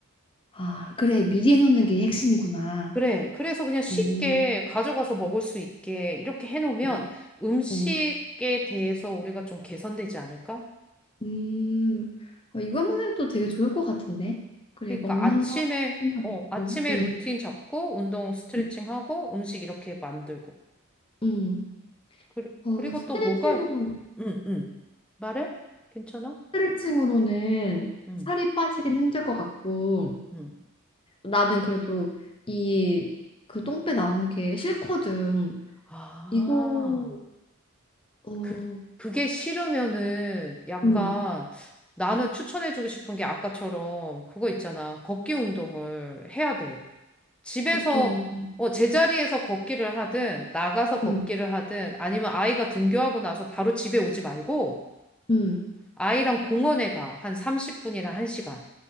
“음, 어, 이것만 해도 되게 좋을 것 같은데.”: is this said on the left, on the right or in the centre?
Left